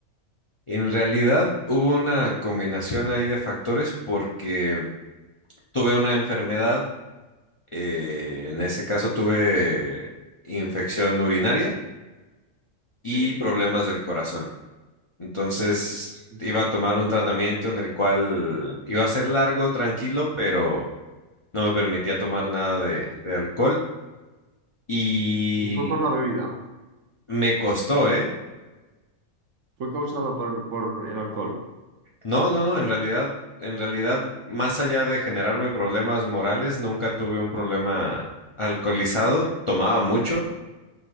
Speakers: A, on the left; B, on the right.
A: En realidad hubo una combinación ahí de factores porque tuve una enfermedad, eh, en ese caso tuve infección urinaria y
B: Sí.
A: problemas del corazón. Entonces
B: Ujú.
A: iba a tomar un tratamiento en el cual iba a ser largo, tranquilo, pero no me permitía tomar nada de, de alcohol y
B: Y fue por la bebida,
A: me costó, ¿eh?
B: fue causado por, por el alcohol.
A: No, no, no, en realidad, en realidad, más allá de generarme problemas morales, nunca tuve un problema alcoholizado, tomaba mucho,